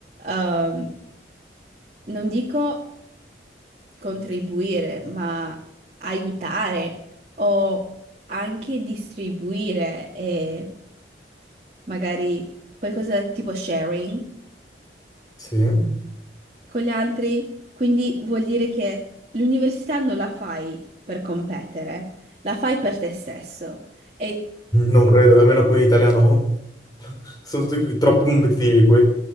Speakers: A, on the right (about 40°); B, on the left (about 20°).
A: ehm, non dico contribuire, ma aiutare o anche distribuire e magari qualcosa tipo sharing
B: Sì? <laughs>
A: con gli altri. Quindi vuol dire che l'università non la fai per competere, la fai per te stesso. E
B: Non credo, almeno qui in Italia no. <laughs> Sono tutti qui- troppo competitivi qui.